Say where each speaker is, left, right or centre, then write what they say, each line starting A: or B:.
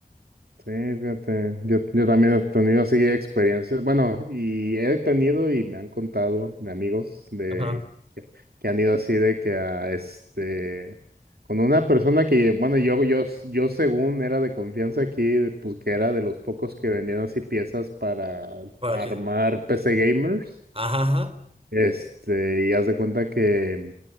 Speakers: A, on the right; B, on the right.
A: Sí, fíjate, yo, yo también he tenido así experiencias, bueno, y he tenido y me han contado de amigos de
B: Ajá.
A: que, que han ido así de que a este, con una persona que, bueno, yo, yo, yo según era de confianza aquí, pues que era de los pocos que vendían así piezas para
B: ¿Para
A: armar
B: qué?
A: PC gamers,
B: Ajá, ajá.
A: este, y haz de cuenta que